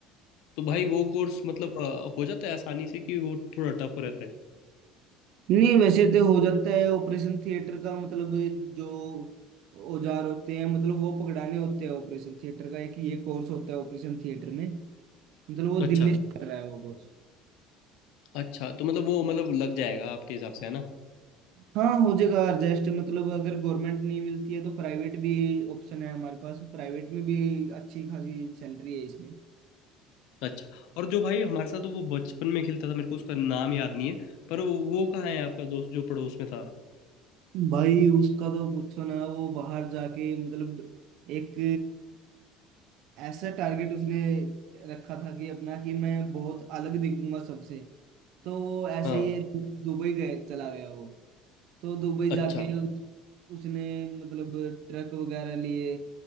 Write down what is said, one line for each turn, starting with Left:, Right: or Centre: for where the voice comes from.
Left: तो भाई वो कोर्स मतलब अ, हो जाता है आसानी से कि वो थोड़ा टफ रहता है
Right: नहीं वैसे तो हो जाता है ऑपरेशन थिएटर का मतलब जो औजार होते हैं मतलब वो पकड़ाने होते हैं ऑपरेशन थिएटर का एक ये कोर्स होता है ऑपरेशन थिएटर में मतलब वो
Left: अच्छा
Right: दिल्ली से कर रहा है वो कोर्स
Left: अच्छा तो मतलब वो मतलब लग जाएगा आपके हिसाब से है ना
Right: हाँ हो जाएगा एडजस्ट मतलब अगर गवर्नमेंट नहीं मिलती है तो प्राइवेट भी ऑप्शन है हमारे पास प्राइवेट में भी अच्छी खासी सैलरी है इसमें
Left: अच्छा और जो भाई हमारे साथ वो बचपन में खेलता था मेरे को उसका नाम याद नहीं है पर वो, वो कहाँ है आपका दोस्त जो पड़ोस में था
Right: भाई उसका तो पूछो ना वो बाहर जाके मतलब एक ऐसा टारगेट उसने रखा था कि अपना कि मैं बहुत अलग दिखूंगा सबसे तो वो ऐसे
Left: हाँ
Right: ही दु- दुबई गए चला गया वो तो दुबई
Left: अच्छा
Right: जाके उस- उसने मतलब ट्रक वगैरह लिए